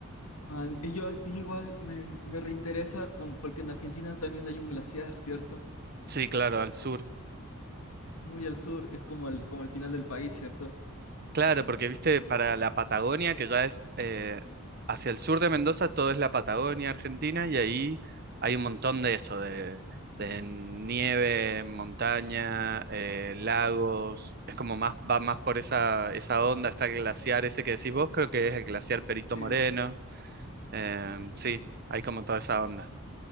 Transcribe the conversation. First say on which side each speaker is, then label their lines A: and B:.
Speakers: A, on the left; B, on the right.
A: ah, y yo, y yo igual me, me reinteresa con- porque en Argentina también hay un glaciar, ¿cierto?
B: Sí, claro, al sur.
A: Muy al sur, es como el, como el final del país, ¿cierto?
B: Claro, porque viste, para la Patagonia, que ya es eh, hacia el sur de Mendoza, todo es la Patagonia Argentina, y ahí hay un montón de eso, de, de nieve, montaña, eh, lagos, es como más, va más por esa, esa onda, está el glaciar ese que decís vos, creo que es el glaciar Perito
A: Sí.
B: Moreno. em, sí, hay como toda esa onda.